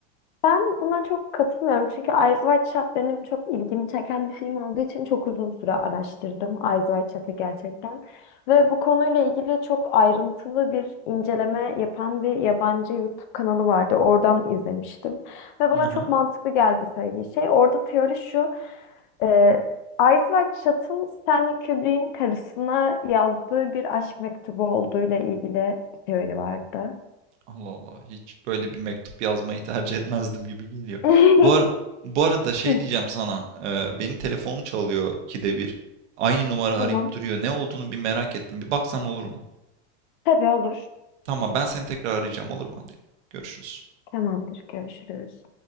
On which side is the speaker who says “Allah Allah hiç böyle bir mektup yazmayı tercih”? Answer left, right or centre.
Right